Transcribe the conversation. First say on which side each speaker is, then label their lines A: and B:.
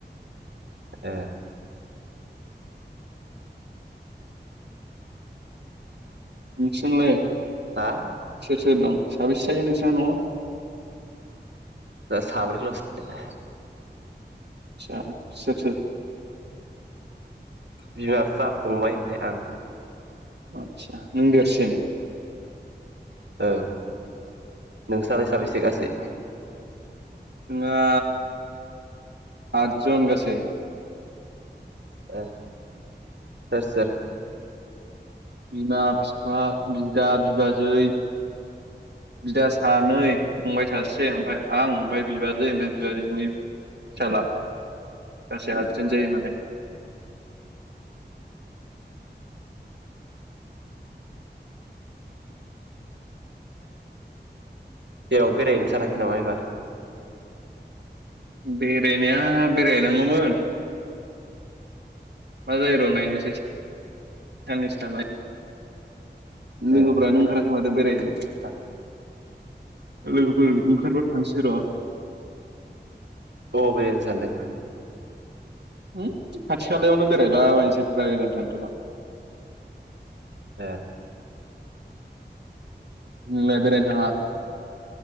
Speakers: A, on the right; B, on the right.
A: ए
B: नोंसिनालाय
A: हा
B: सोर सोर दं साबेैसे जायो नोंसोराव न'आव
A: ओ साब्रै लसो
B: आसा सोर सोर
A: बिमा बिफा फंबाय ओफाय आं
B: आदसा नों देरसिन
A: औ नोंस्रालाय साबेसे गासै
B: जोंहा आदजन गासै
A: ए सोर सोर
B: बिमा बिफा बिदा बिबाजै बिदा सानै फंबाय सासे ओमफफ्राय आं ओमफफ्राय बिबाजै ओमफ्राय बिबाजैनि फिसाला गासै आरजन्ट जायो माने।
A: जेरावबो बेरायहैनो सानाखै नामा एबार।
B: बेरायनाया बेरायनांगौमोन। मा जायो र' नायनोसै साननैसो थांनानै। लोगोफोरानो
A: ओ
B: ओंखाराखै माथो बेरायनो
A: ओ
B: लोगोफोर ओंखारबानो। थांनोसै र।
A: बबाव बेरायनो सानदों।
B: हो खाथि खालायावनो बेरायलाबायनोसै बारा गोजान थांथ'ला।
A: ए
B: नोंलाय बेरायनो थाङा।